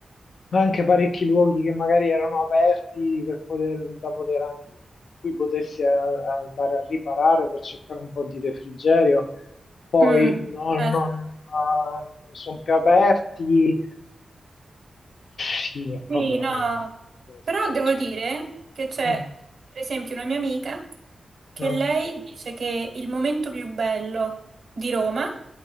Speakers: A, on the left; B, on the right.
A: anche parecchi luoghi che magari erano aperti per poter, da poter an- cui potessi a- a andare a riparare per cercare un po' di refrigerio, poi
B: Mm.
A: non,
B: Certo.
A: non, ah, non sono più aperti, sì, è proprio...
B: Sì, no,
A: non
B: però
A: so,
B: devo
A: cioè,
B: dire che c'è,
A: mm,
B: per esempio, una mia amica. che
A: no,
B: lei dice che il momento più bello di Roma